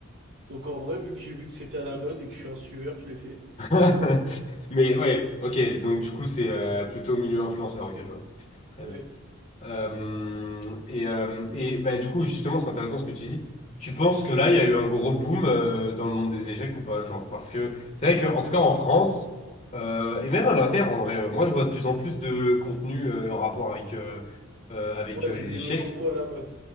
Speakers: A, on the right (about 55°); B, on the left (about 30°).
A: donc en vrai, vu que j'ai vu que c'était à la mode et que je suis un suiveur, je l'ai fait.
B: <laughs> Mais ouais, ok. Donc, du coup, c'est euh, plutôt milieu influenceur ok, je vois. Très
A: Ouais.
B: bien. Euh, et euh, et bah, du coup, justement, c'est intéressant ce que tu dis. Tu penses que là, il y a eu un gros boom euh, dans le monde des échecs ou pas? Genre, parce que c'est vrai que, en tout cas, en France, euh, et même à l'inter, en vrai, euh, moi, je vois de plus en plus de contenu euh, en rapport avec, euh, euh, avec
A: Ouais,
B: euh,
A: c'est
B: les
A: devenu
B: échecs.
A: beaucoup à la mode.